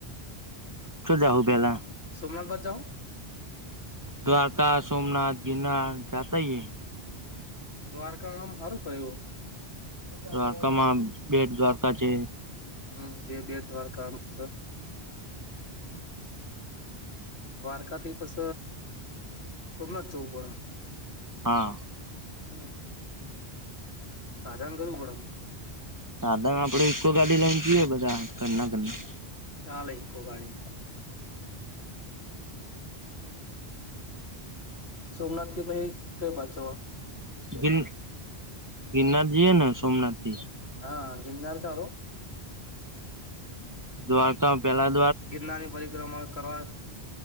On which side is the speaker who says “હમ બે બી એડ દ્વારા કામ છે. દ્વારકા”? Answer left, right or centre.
Left